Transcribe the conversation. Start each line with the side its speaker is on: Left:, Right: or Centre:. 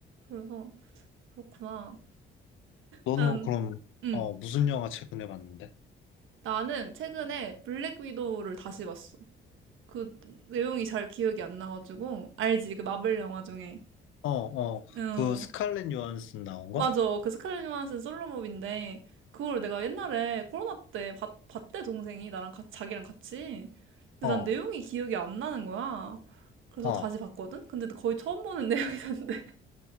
Right: 그래서 그렇구나.
Left: 너는
Right: 난
Left: 그럼,
Right: 응.
Left: 어, 무슨 영화 최근에 봤는데?
Right: 나는 최근에 블랙 위도우를 다시 봤어. 그 내용이 잘 기억이 안 나가지고 알지? 그 마블 영화 중에.
Left: 어, 어,
Right: 응.
Left: 그 스칼렛 요한슨 나온 거?
Right: 맞아. 그 스칼렛 요한슨 솔로몹인데 그걸 내가 옛날에 코로나 때 봤, 봤대 동생이 나랑 같이 자기랑 같이. 근데
Left: 어,
Right: 난 내용이 기억이 안 나는 거야. 그래서
Left: 어,
Right: 다시 봤거든? 근데 거의 처음 보는 <laughs> 내용이던데.